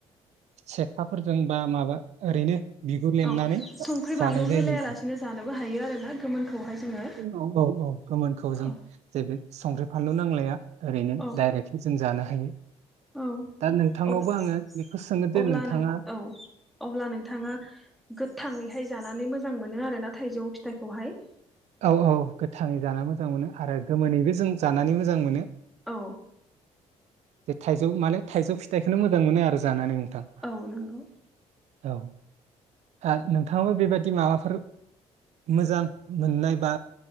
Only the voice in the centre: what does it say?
औ संख्रि बानलु
होलायालासिनो
जानोबो हायो आरोना गोमोनखौहाय जोङो
औ
औ
औ
अब्ला
नों औ अब्ला नोंथाङा गोथाङैहाय जानानै मोजां मोनो आरोना थाइजौ फिथाइखौहाय
औ
औ नंगौ